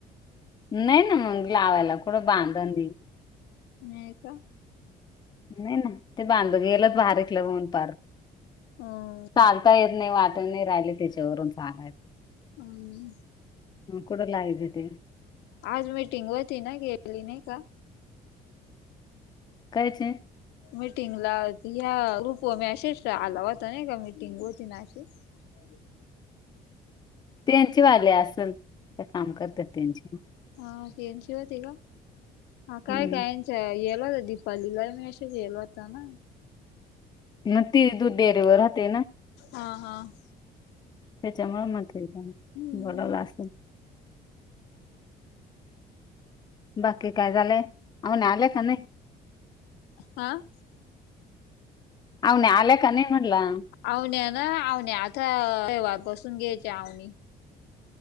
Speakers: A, on the left; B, on the left.
A: नाही ना लावायला कुठक बांधन.
B: नाही का?
A: नाही ना, ते बांधू गेलत भारीतल होऊन पार,
B: हम्म
A: चालता येत नाही वाट ते नाही राहिले त्याच्यावरून <unintelligible>
B: अंम्म
A: मग कुठ लागीते ते?
B: आज मीटिंग होती ना, गेली नाही का?
A: कायचे?
B: मिटिंगला ह्या ग्रुपवर मेसेज आला होता नाही का मिटिंग होती ना अशी? <inaudible>
A: तेंचि वाली आसल, त्या काम करतात त्यांची.
B: आं त्यांची होती का? हा काय
A: हम्म
B: कायांनच्या येला दित पल्लिला ह्यो मेसेज गेला होता ना?
A: मग ती दूध डेअरीवर राहते ना.
B: हां हां.
A: त्याच्यामुळ म्हटलंय गाण,
B: हम्म
A: बोलावलं आसल. बाकी काय झालंय, आऊन आलेय का नाही?
B: हां.
A: आहो नाय, आल्या का नाही म्हटलं?
B: आवण्या ना आवण्या आता रविवारपासून घ्यायच्या आवनी.